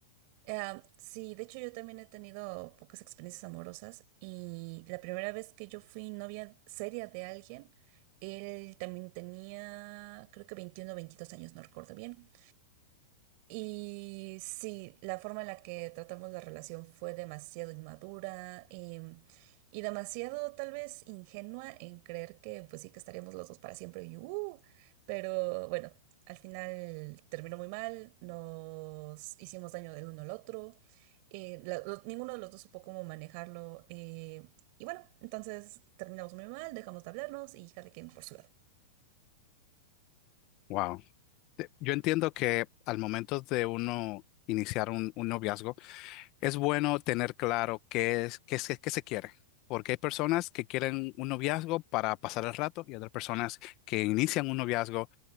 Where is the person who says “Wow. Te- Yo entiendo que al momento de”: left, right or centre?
Left